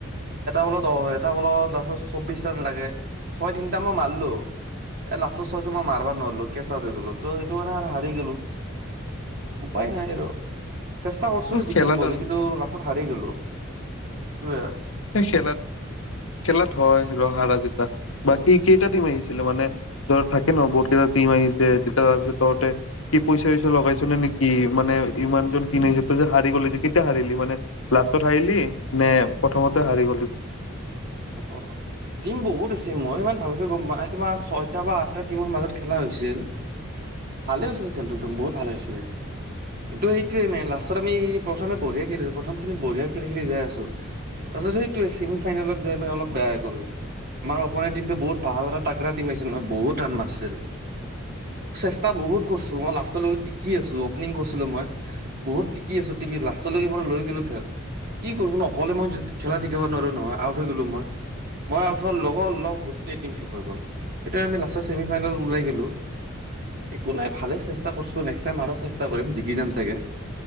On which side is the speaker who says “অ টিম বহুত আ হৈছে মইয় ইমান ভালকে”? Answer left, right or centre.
Right